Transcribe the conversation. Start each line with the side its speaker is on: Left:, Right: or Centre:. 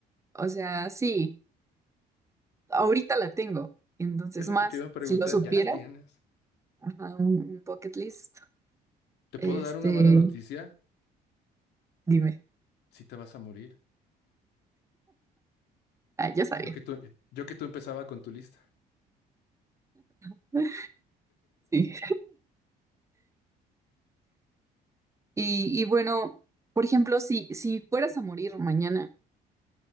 Right: o sea, sí, ahorita la tengo, entonces
Left: Es lo
Right: más,
Left: que te iba a preguntar,
Right: si lo supiera,
Left: ya la tienes.
Right: ajá, un un bucket list.
Left: ¿Te
Right: Este,
Left: puedo dar una mala noticia?
Right: dime.
Left: Si te vas a morir.
Right: Ah, ya sabía.
Left: Yo que tú, yo que tú empezaba con tu lista.
Right: <laughs> Sí. Y, y bueno, por ejemplo, si, si fueras a morir mañana,